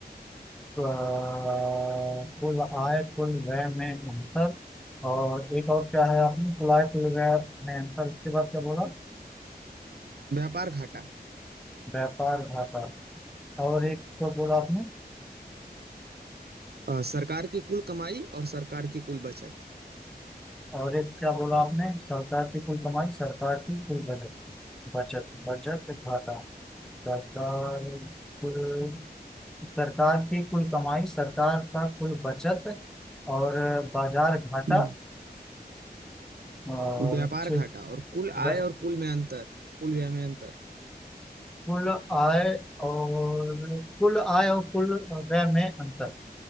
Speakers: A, in the centre; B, on the right (about 70°).
A: तो, अ, कुल आय कुल व्यय में अंतर और एक और क्या है आपने कुल आय कुल व्यय में अंतर उसके बाद क्या बोला
B: व्यापार घाटा
A: व्यापार घाटा और एक तो बोला आपने
B: अ, सरकार की कुल कमाई और सरकार की कुल बचत
A: और एक क्या बोला आपने सरकार की कुल कमाई सरकार की कुल बजट बजट बजट घाटा सरकार कुल सरकार की कुल कमाई सरकार का कुल बचत और बाजार घाटा
B: हम्म
A: और
B: व्यापार
A: ठीक
B: घाटा और कुल
A: ब-
B: आय और कुल में अंतर कुल व्यय में अंतर
A: कुल आय और कुल आय और कुल व्यय में अंतर